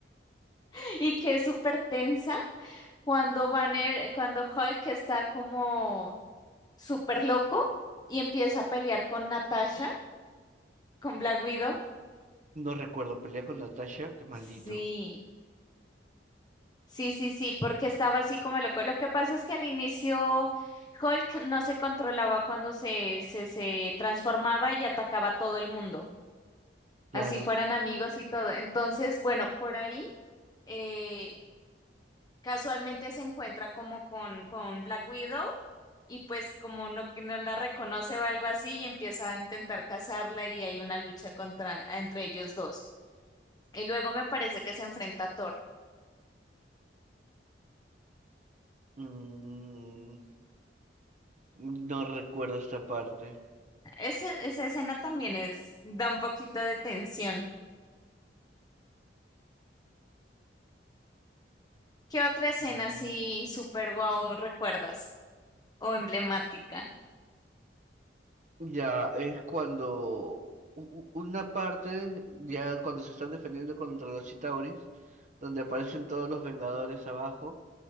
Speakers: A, on the left; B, on the right.
A: <laughs> y que es súper tensa cuando Banner, cuando Hulk está como súper loco y empieza a pelear con Natasha. ¿Con Black Widow?
B: No recuerdo, pelea con Natasha, qué maldito.
A: Sí, sí, sí, sí, porque estaba así como loco. Lo que pasa es que al inicio Hulk no se controlaba cuando se, se, se transformaba y atacaba a todo el mundo, así
B: Claro.
A: fueran amigos y todo. Entonces, bueno, por ahí eh, casualmente se encuentra como con, con Black Widow y pues como no, que no la reconoce o algo así y empieza a intentar cazarla y hay una lucha contra, entre ellos dos. Y luego me parece que se enfrenta a Thor.
B: Mm, no recuerdo esta parte.
A: Ese- esa escena también es, da un poquito de tensión. ¿Qué otra escena
B: Mm, Ya.
A: así súper guau recuerdas? O emblemática.
B: Ya, es cuando u- u- una parte, ya cuando se están defendiendo contra los Chitauris, donde aparecen todos los Vengadores abajo.